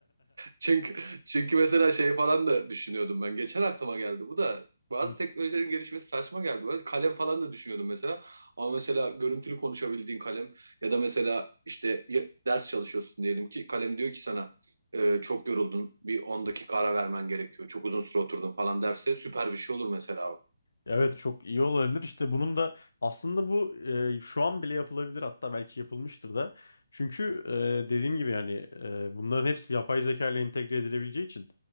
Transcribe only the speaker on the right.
Çünkü çünkü mesela şey falan da düşünüyordum ben. Geçen aklıma geldi bu da. Bazı
teknolojilerin gelişmesi saçma geldi bana. Kalem falan da düşünüyordum mesela. Ama mesela görüntülü konuşabildiğin kalem ya da mesela işte ya- ders çalışıyorsun diyelim ki kalem diyor ki sana "E, çok yoruldun. Bir 10 dakika ara vermen gerekiyor. Çok uzun süre oturdun falan derse süper bir şey olur mesela. o.